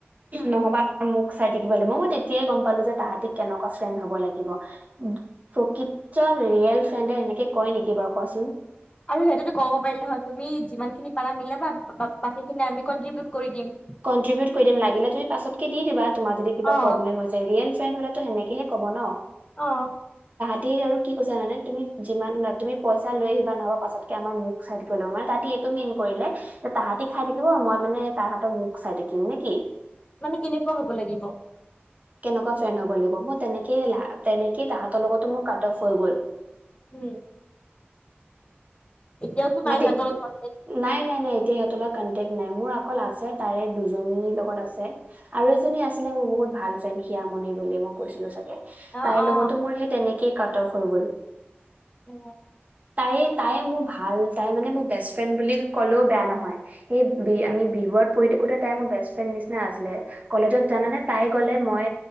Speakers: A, on the right (about 40°); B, on the left (about 30°).
A: নহবা মোক চাই থাকিবা লাগিব মই মই তেতিয়াই গম পালো যে তাহাঁতি কেনেকুৱা ফ্ৰেণ্ড হব <unintelligible> <unintelligible> কিব উম প্ৰকৃত ৰিয়েল ফ্ৰেণ্ডে এনেকে কয় নেকি বাৰু কোৱাচোন
B: আৰু সিহঁতেতো ক'ব পাৰিলে হয় তুমি যিমানখিনি পাৰা মিলাবা বাকীখিনি আমি কনট্ৰিবিউট কৰি দিম
A: কনট্ৰিবউট কৰি দিম লাগিলে তুমি পাছতকে দি দিবা তোমাৰ যদি কিবা
B: অ
A: প্ৰব্লেম হৈছে ৰিয়েল ফেণ্ড হলেতো সেনেকেহে ক'ব ন
B: অ
A: <unintelligible> টি আৰু কি কৈছে জানানে তুমি যিমান তুমি পইচা লৈ আহিবা নহবা পাছতকে আমাৰ মুখ চাই থাকিব লাগিব মানে তাহাঁতি এইটো মিন কৰিলে তাহাঁতি খাই থাকিব মই মানে তাহাঁতৰ মুখ চাই থাকিম নেকি
B: মানে কেনেকুৱা হ'ব লাগিব
A: কেনেকুৱা ফ্ৰেণ্ড হ'ব লাগিব মই তেনেকেই তেনেকেই তাহাঁতৰ লগতো মোৰ কাট অফ হৈ গ'ল
B: উম, এতিয়াওতো নাই
A: মই
B: সিহঁতৰ
A: তে
B: লগত কন্টেক
A: নাই নাই নাই এতিয়া সিহঁতৰ লগত কনটেক্ট নাই মোৰ অকল আছে তাৰে দুজনীৰ লগত আছে আৰু এজনী আছিলে মোৰ বহুত ভাল ফ্ৰেণ্ড সিয়ামণি বুলি মই কৈছিলো চাগে
B: অ
A: তাইৰ
B: অ
A: লগতো মোৰ সেই তেনে- -কেই কাট অফ হৈ গ'ল
B: অ
A: এই তাই মোৰ ভাল তাই মানে মোৰ বেষ্ট ফ্ৰেণ্ড বুলি ক'লেও বেয়া নহয় এই বি
B: উম,
A: আমি বি বৰুৱাত পঢ়ি থাকোতে তাই মোৰ বেষ্ট ফ্ৰেণ্ড নিচিনাই আছিলে কলেজত জানানে তাই গ'লে মই